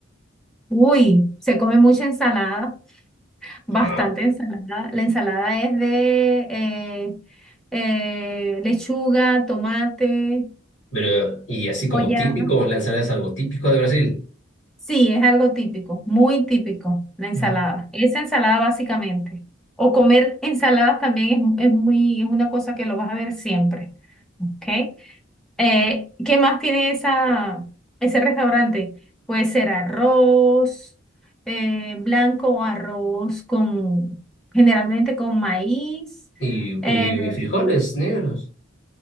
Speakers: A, in the centre; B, on the left.
A: Uy, se come mucha ensalada. Bastante
B: Ah,
A: ensalada. La ensalada es de eh, eh, lechuga, tomate,
B: pero, ¿y así como
A: olla.
B: típico? ¿La ensalada es algo típico de Brasil?
A: Sí, es algo típico, muy típico, la ensalada.
B: Ah.
A: Esa ensalada básicamente. O comer ensaladas también es, es muy, es una cosa que lo vas a ver siempre, ¿ok? Eh, ¿qué más tiene esa, ese restaurante? Puede ser arroz eh, blanco o arroz con, generalmente con maíz.
B: ¿Y,
A: eh,
B: y frijoles negros?